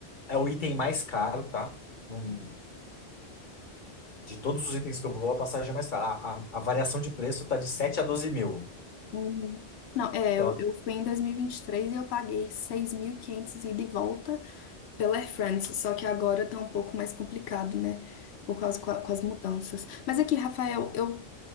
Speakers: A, on the left; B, on the left.
A: é o item mais caro, tá? Num- de todos os itens que eu vou, a passagem é mais cara. A, a, a variação de preço tá de 7 a 12 mil.
B: Uhum. Não, é,
A: Então,
B: eu, eu fui em dois mil e vinte e e três e eu paguei 6.500 ida e volta pela Air France, só que agora tá um pouco mais complicado, né? Por causa co- com, as mudanças. Mas aqui, Rafael, eu